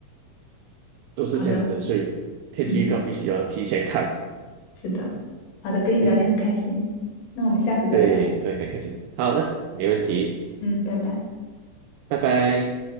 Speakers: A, on the right; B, on the left.
A: 都是这样子的，
B: 好的，
A: 所以天气预告必须要提前看。
B: 嗯，是的，好的，跟你聊天很开心，
A: 嗯，
B: 那我们下次再聊，
A: 对，来来开始，好的，没问题，
B: 嗯，拜拜。
A: 拜拜。